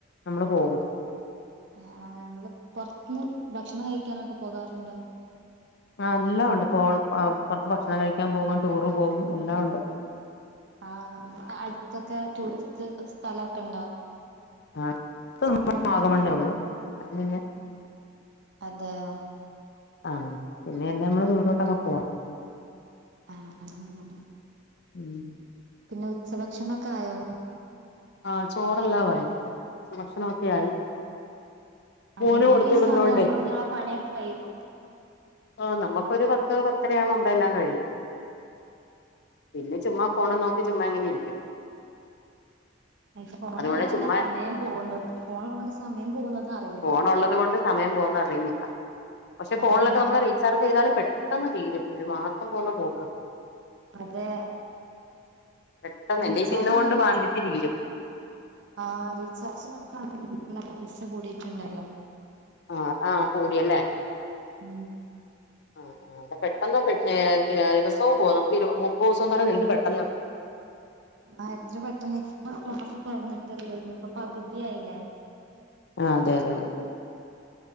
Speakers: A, on the left; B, on the right.
A: നമ്മള് പോകും
B: ആഹ് നിങ്ങള് പുറത്തന്ന് ഭക്ഷണം കഴിക്കാനൊക്കെ പോകാറുണ്ടോ
A: ആഹ് എല്ലാം ഉണ്ട് പോ പുറത്ത് ഭക്ഷണം കഴിക്കാൻ പോകും ടൂറ് പോകും എല്ലാംണ്ട്
B: ആഹ് നിങ്ങക്ക് അടുത്തൊക്കെ ടൂറിസ്റ്റ് സ്ഥലംക്കെണ്ടോ
A: ആഹ് അടുത്ത് വാഗമണ്ണേ ഉള്ളൂ അല്ലാതെ പിന്നെ
B: അതെയോ
A: ആഹ് പിന്നെ എല്ലാം നമ്മള് ദൂരോട്ടൊക്കെ പോ
B: ആഹ് ആഹ്
A: ഉം
B: പിന്നെ ഉച്ചഭക്ഷണംക്കെ ആയോ
A: ആഹ് ചോറല്ലാ ആയി ഭക്ഷണൊക്കെ ആയി മോന്
B: നിങ്ങള്
A: കൊടുത്തു
B: ഈ
A: വിടുന്നോണ്ടേ
B: സമയം ആവുമ്പോക്ക നിങ്ങളെ പണിയൊക്കെ കഴിയുവോ
A: ആഹ് നമുക്കൊരു പത്ത് പത്തരയാമ്പോ നമ്മളെല്ലാം കഴിയും പിന്നെ ചുമ്മാ ഫോണ് നോക്കി ചുമ്മാ ഇങ്ങനെ ഇരിക്കും
B: ഫോണള്ള
A: അതുകൊണ്ട്
B: കൊണ്ട്
A: ചുമ്മാ
B: സമയം പോന്നത് ഫോണ്ള്ളത് കൊണ്ട് സമയം പോകുന്നത് അറിയില്ല
A: ഫോണ് ഉള്ളത് കൊണ്ട് സമയം പോന്നത് അറിയല്ല പക്ഷെ
B: നമ്മളെങ്ങനെ
A: ഫോണിലൊക്കെ നമ്മള് റീചാർജ് ചെയ്താലും പെട്ടെന്ന് തീരും ഒരു മാസം പോന്ന പോക്ക്
B: അതെ
A: പെട്ടെന്ന്
B: റീചാർജിന്
A: എന്റെ ഇന്നുകൊണ്ട് വാലിഡിറ്റി തീരും
B: ആഹ് റീചാർജിനൊക്കെ ആണെങ്കിൽ നല്ല പൈസ കൂടിയിട്ടുണ്ടല്ലോ
A: ആഹ് ആഹ് കൂടിയല്ലേ
B: ഉം
A: ആഹ് പെട്ടെന്ന് മേ ദിവസവും പോകും നമുക്ക് മുപ്പത് ദിവസംന്ന് എന്ത് പെട്ടെന്ന
B: ആഹ് എത്ര പെട്ടെന്ന് ഇപ്പ ഈ മാസം തറന്നിട്ടല്ലേ ഉള്ളു പകുതി ആയില്ലേ
A: ആഹ് അതെ അതെ അതെ